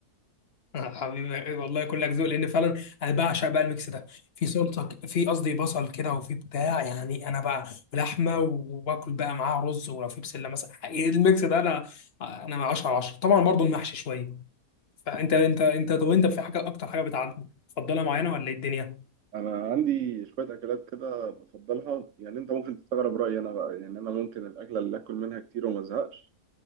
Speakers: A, on the left; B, on the right.
A: <laughs> حبيبي والله كلك ذوق لان فعلا انا بعشق بقى الميكس ده في سلطه في قصدي بصل كده وفي بتاع يعني انا بقى ولحمه وباكل بقى معاها رز ولو في بسله مثلا <laughs> حقيقي الميكس ده انا انا 10 على 10 طبعا برضو المحشي شويه فانت انت انت طب انت في حاجه اكتر حاجه بتعجبك تفضلها معينه ولا ايه الدنيا
B: انا عندي شوية اكلات كده بفضلها يعني انت ممكن تستغرب رأيي انا بقى يعني انا ممكن الاكلة اللي اكل منها كتير وما ازهقش